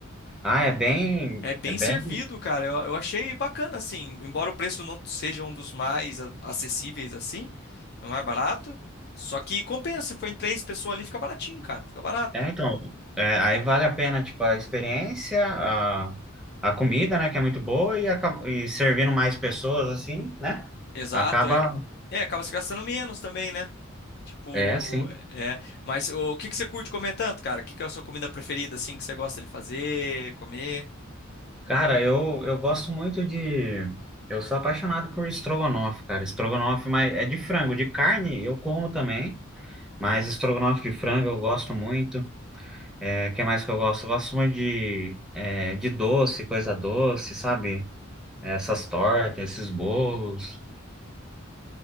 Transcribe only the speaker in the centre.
Ah, é bem,
é bem.
É, então, é, aí vale a pena, tipo, a experiência, a, a comida, né, que é muito boa, e, acaba- e servindo mais pessoas, assim, né?
Acaba,
é, assim.
Cara, eu, eu gosto muito de... Eu sou apaixonado por estrogonofe, cara. Estrogonofe, mas é de frango, de carne eu como também, mas estrogonofe de frango eu gosto muito. É, que mais que eu gosto? Eu gosto muito de, é, de doce, coisa doce, sabe? Essas tortas, esses bolos.